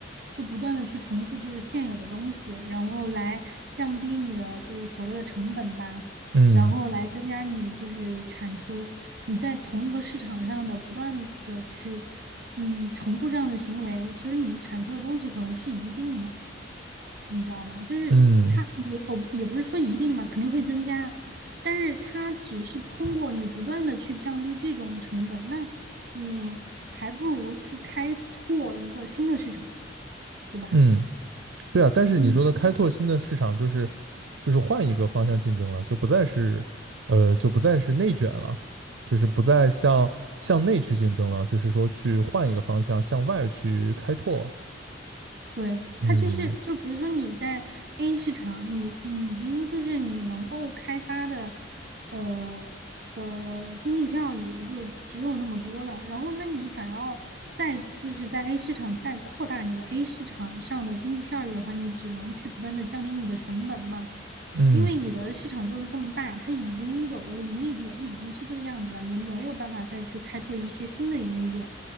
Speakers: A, on the right; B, on the right.
A: 就不断的去重复就是现有的东西，然后来降低你的就是所谓的成本吧，
B: 嗯
A: 然后来增加你就是产出。你在同一个市场上的不断的去嗯重复这样的行为，其实你产出的东西可能是一定的。你知道吗？就是它，
B: 嗯
A: 也我也不是说一定的嘛，肯定会增加，但是它只是通过你不断的去降低这种成本，那你还不如去开拓一个新的市场，对吧？
B: 嗯，对啊。但是你说的开拓新的市场，
A: 你
B: 就是就是换一个方向竞争了，就不再是呃，就不再是内卷了，就是不再向向内去竞争了，就是说去换一个方向向外去开拓。
A: 对，
B: 嗯
A: 它就是，就比如说你在 A 市场，你你已经就是你能够开发的，呃的经济效益就只有那么多了。然后，那你想要再就是在 A 市场再扩大你的 A 市场上的经济效益的话，你只能去不断的降低你的成本嘛，
B: 嗯，
A: 因为你的市场就是这么大，它已经有的盈利点已经是这个样子了，你没有办法再去开拓一些新的盈利点。